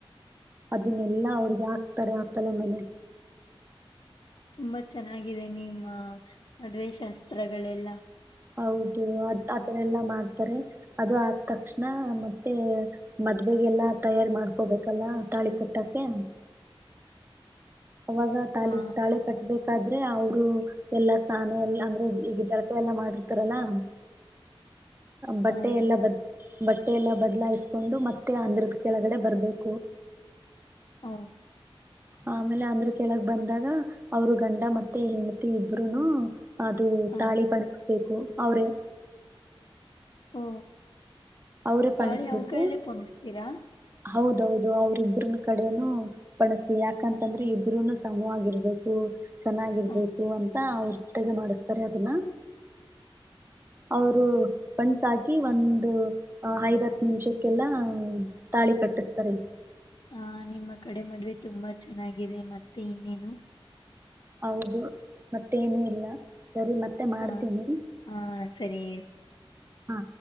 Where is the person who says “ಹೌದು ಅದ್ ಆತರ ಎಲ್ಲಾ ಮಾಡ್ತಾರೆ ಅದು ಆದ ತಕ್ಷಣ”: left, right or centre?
Right